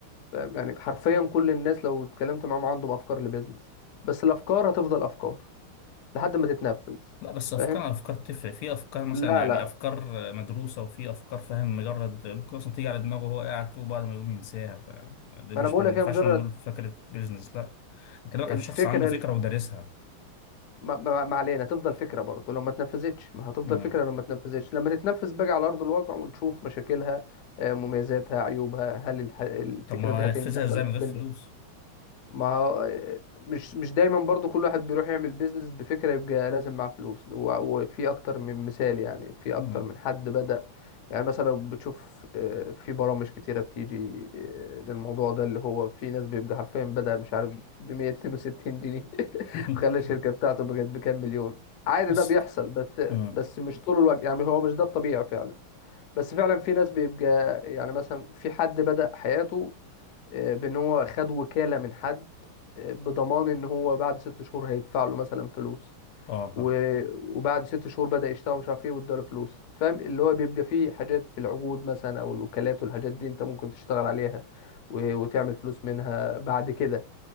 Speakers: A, on the left (about 65°); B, on the left (about 80°).
A: فاهم يعني حرفيا كل الناس لو اتكلمت معاهم عندهم أفكار لبيزنس بس الأفكار هتفضل أفكار لحد ما تتنفذ
B: لا بس افكار
A: فاهم
B: على افكار تفرق في افكار مثلا
A: لا
B: يعني
A: لا
B: افكار مدروسه وفي افكار فاهم مجرد ممكن اصلا تيجي على دماغه وهو قاعد كده وبعد ما يقوم ينساها فده
A: ما
B: مش
A: أنا بقول
B: ما
A: لك
B: ينفعش
A: هي مجرد
B: نقول فكره بيزنس لا انا بكلمك
A: الفكرة
B: عن شخص عنده فكره
A: ال-
B: ودارسها
A: ما ما- ما علينا تفضل فكرة برضه لو ما اتنفذتش ما هتفضل
B: امم
A: فكرة لو ما اتنفذتش لما تتنفذ بقى على أرض الواقع ونشوف مشاكلها آه، مميزاتها عيوبها هل الح- الفكرة
B: طب ما
A: دي
B: هينفذها
A: هتنجح
B: ازاي
A: ولا
B: من
A: مش
B: غير
A: هتنجح
B: فلوس
A: ما هو- مش مش دايما برضو كل واحد بيروح يعمل بيزنس بفكرة يبقى لازم معاه فلوس و- وفي اكتر من مثال يعني في
B: امم
A: اكتر من حد بدأ يعني مثلا لو بتشوف آه، في برامج كتيرة بتيجي آه، للموضوع ده اللي هو في ناس بيبقى حرفيا بدأ مش عارف ب 162 جنيه <laughs>
B: <laughs>
A: خلى الشركة بتاعته بقت بكام مليون عادي
B: بس
A: ده بيحصل بس
B: امم
A: بس مش طول الوقت يعني هو مش ده الطبيعي فعلا بس فعلا في ناس بيبقى يعني مثلا في حد بدأ حياته آه، بان هو خد وكالة من حد آه، بضمان ان هو بعد ست شهور هيدفع له مثلا فلوس
B: اه
A: و...
B: فاهم.
A: وبعد ست شهور بدأ يشتغل مش عارف ايه واداله فلوس فاهم اللي هو بيبقى فيه حاجات في العقود مثلا او الوكالات والحاجات دي انت ممكن تشتغل عليها و... وتعمل فلوس منها بعد كده